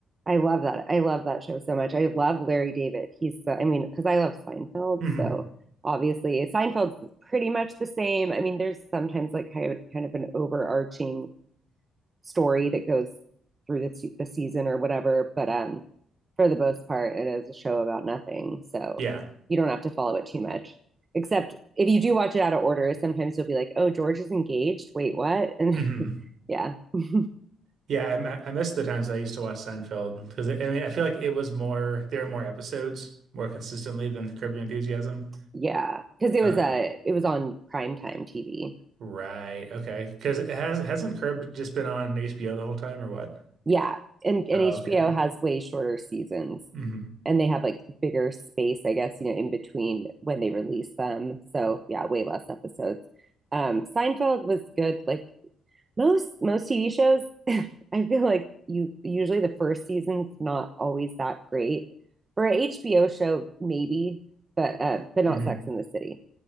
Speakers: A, on the right; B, on the right.
A: I love that. I love that show so much. I love Larry David. He's so, I mean, because I love Seinfeld,
B: hmm
A: so obviously Seinfeld's pretty much the same. I mean, there's sometimes like kind of, kind of an overarching story that goes through the, the season or whatever. But um, for the most part, it is a show about nothing. So
B: Yeah.
A: you don't have to follow it too much. Except if you do watch it out of order, sometimes you'll be like, oh, George is engaged. Wait, what? And
B: hmm
A: <laughs> yeah. <laughs>
B: Yeah, I, I I miss the times I used to watch Seinfeld because I mean I feel like it was more there were more episodes more consistently than Curb Your Enthusiasm.
A: yeah. Cause it
B: Uh,
A: was a, it was on primetime TV.
B: right. Okay. Because it has hasn't Curb just been on HBO the whole time or what?
A: Yeah. And, and
B: Oh,
A: HBO
B: okay.
A: has way shorter seasons.
B: hmm
A: and they have like bigger space, I guess, you know, in between when they release them. So yeah, way less episodes. Um, Seinfeld was good. Like most most TV shows, <laughs> I feel like you usually the first season's not always that great. For an HBO show, maybe, but uh, but not
B: hmm
A: Sex and the City.